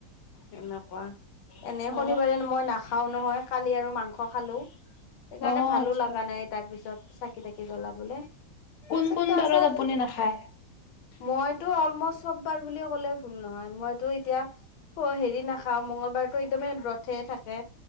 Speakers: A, on the left; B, on the left.
A: এনেকুৱা, এনে
B: অ
A: শনিবাৰে মই নাখাও নহয় কালি আৰু মাংস সেইকাৰণে
B: অ
A: ভালো
B: আচ্ছা
A: লগা নাই তাৰপিছত চাকি তাকি জ্বলাবলে
B: কোন
A: তাৰিছত
B: কোন বাৰত
A: আছা
B: আপুনি
A: তুমি?
B: নাখায়
A: মইতো অলমষ্ট চবাৰ বুলি ক'লে ভুল নহয়। মইতো এতিয়া হেৰি নাখাও মংগলবাৰতো একদমেই ব্ৰত থাকে